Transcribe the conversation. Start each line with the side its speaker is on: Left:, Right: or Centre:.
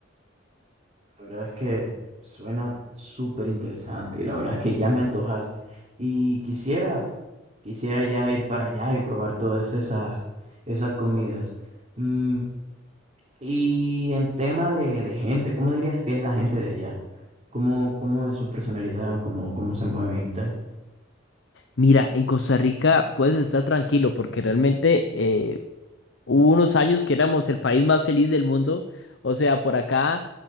Right: La verdad es que suena súper interesante y la verdad es que ya me antojaste y quisiera, quisiera ya ir para allá y probar todas esas, esas comidas. Mm, y en tema de, de gente, ¿cómo dirías que es la gente de allá? cómo, cómo es su personalidad, cómo, cómo se mueve y tal.
Left: Mira, en Costa Rica puedes estar tranquilo porque realmente eh, Hubo unos años que éramos el país más feliz del mundo. O sea, por acá